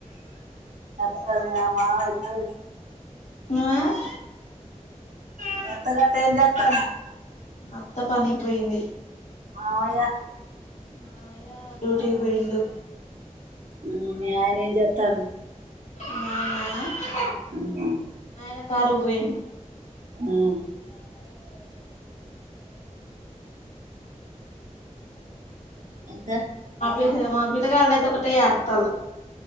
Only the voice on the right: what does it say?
సర్ది మామ <unintelligible>
మీఅత్తగట ఏం జేత్తంరు.
మావయ్య.
ఉమ్ మీ ఆయన ఏం జేత్తండు.
ఉమ్.
ఉమ్. ఇంకా.